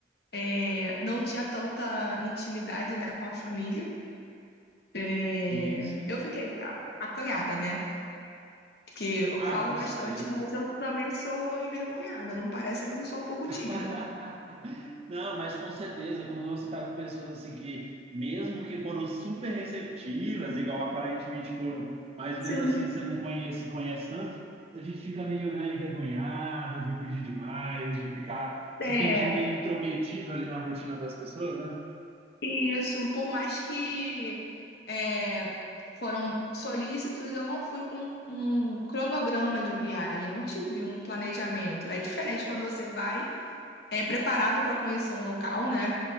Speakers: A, on the left; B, on the right.
A: é, não tinha tanta intimidade, né, com a família. É,
B: Sim, sim.
A: eu fiquei ac- acanhada, né? Porque eu
B: Ah,
A: falo
B: com
A: bastante,
B: certeza.
A: mas eu também sou envergonhada, não parece, mas eu sou um pouco
B: <laughs>
A: tímida.
B: Não, mas com certeza, quando você está com pessoas assim que, mesmo que foram super receptivas, igual aparentemente foram, mas
A: Sim.
B: mesmo assim você não conhece, conhece tanto, a gente fica meio, né, envergonhado de pedir demais, de ficar se
A: É,
B: sentindo meio intrometido ali na rotina das pessoas, né?
A: Isso, por mais que é, foram solícitos, eu não fui com um cronograma de viagem, não tive um planejamento. É diferente quando você vai é, preparado para conhecer um local, né?